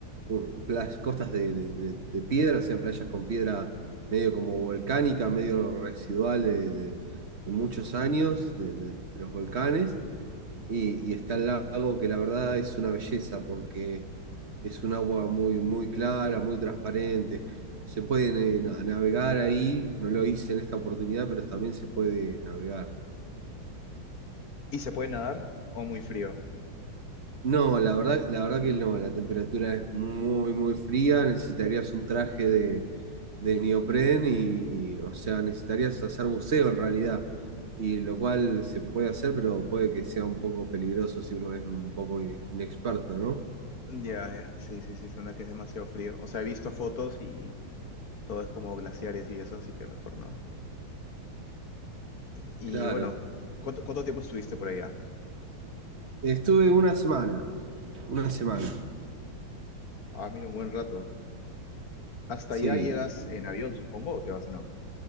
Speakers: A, on the right (about 40°); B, on the left (about 50°).
A: un- plas- costas de, de- de- de piedra, o sea, playas con piedra medio como volcánica, medio residual de, de- de muchos años de, de- de los volcanes, y, y está el lago que la verdad es una belleza, porque es un agua muy, muy clara, muy transparente. Se puede eh, na- navegar ahí, no lo hice en esta oportunidad, pero también se puede navegar.
B: ¿Y se puede nadar o muy frío?
A: No, la verdad, la verdad que no, la temperatura es muy, muy fría, necesitarías un traje de, de neopren y, o sea, necesitarías hacer buceo en realidad, y lo cual se puede hacer, pero puede que sea un poco peligroso si uno es un poco ine- inexperto, ¿no?
B: Ya, ya, sí, sí, sí, suena que es demasiado frío. O sea, he visto fotos y todo es como glaciares y eso, así que mejor no. Y,
A: Claro.
B: y bueno, ¿cuánto, cuánto tiempo estuviste por allá?
A: Estuve una semana, una semana,
B: Ah, mira, un buen rato. Hasta
A: sí.
B: allá llegas en avión, supongo, o te vas en auto.